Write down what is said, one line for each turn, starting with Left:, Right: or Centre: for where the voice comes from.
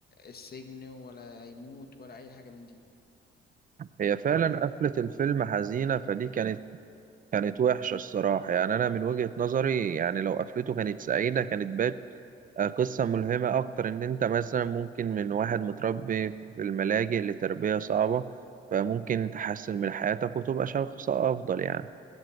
Left: السجن ولا يموت ولا أي حاجة من دي
Right: هي فعلا قفلة الفيلم حزينة فدي كانت كانت وحشة الصراحة يعني أنا من وجهة نظري يعني لو قفلته كانت سعيدة كانت بات آه، قصة ملهمة أكتر إن أنت مثلا ممكن من واحد متربي في الملاجئ لتربية صعبة فممكن تحسن من حياتك وتبقى شخص أفضل يعني